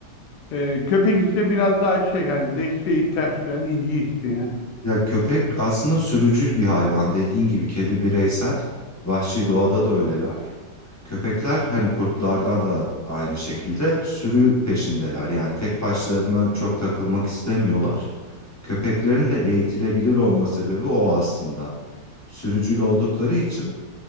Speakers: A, on the left; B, on the left.
A: Ee, köpek ise biraz daha şey hani desteğe ihtiyaç duyan, ilgi isteyen.
B: Ya köpek aslında sürücül bir hayvan. Dediğin gibi kedi bireysel. Vahşi doğada da öyleler. Köpekler hani kurtlarda da aynı şekilde sürü peşindeler. Yani tek başlarına çok takılmak istemiyorlar. Köpeklerin de eğitilebilir olma sebebi o aslında. Sürücül oldukları için